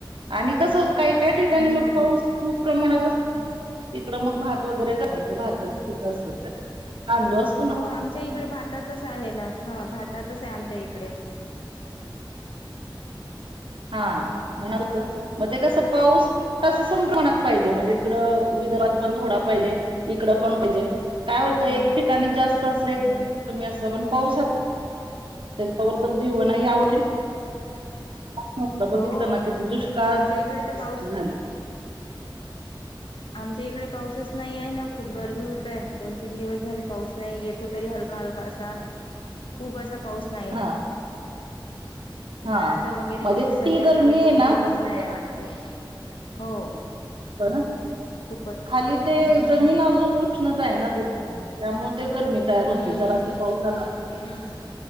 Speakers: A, on the right; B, on the left.
A: आणि कसं हो काही काय ठिकाणी
B: हम्म
A: मग पाऊस खूप प्रमाणात असं, इकडं मग भात वगैरे करतात, भाताची पिकं असतात ते अंदवस
B: हो, आमच्या इकडे भाताचच आहे ना, हं भाताचच आहे आमच्या इकडे.
A: हां,
B: हम्म
A: माहेराचं म ते कसं पाऊस, तसं सम प्रमाणात पाहिजे, म्हणजे तिकडं, विदर्भात पण थोडा पाहिजे, इकडं पण पाहिजे, काय होतं एक
B: हम्म
A: ठिकाणी जास्त असलं की
B: हम्म
A: कमी असला, पण पाऊस हा, त्याच्यावर तर जीवन आहे, यावर्षी आता बघितलं
B: हो
A: ना, किती दुष्काळ
B: आमच्या
A: परिस्थिती
B: इकडे तर पाऊस
A: झाली.
B: आमच्या इकडे पाऊसच नाई ये ना, खूप गरमी होतय, दोन तीन दिवस झाले पाऊस नाही येत. इथं तरी हलका हलका असा, खूप असा पाऊस नाई ये,
A: हा. हा
B: धानाच वगैरे
A: म्हणजे
B: पीक सध्या
A: ती गरमी
B: तर, कोणी
A: आहे ना
B: घेतच नाही
A: ते
B: हाय वाटतंय, हो.
A: बरं,
B: खूपच
A: खाली ते
B: हम्म
A: जमीन अजून उष्णता आहे ना जमीन. त्यामुळे ते गरमी तयार होते,
B: हम्म
A: जरासं
B: हम्म
A: पाऊस झाला ना.
B: हम्म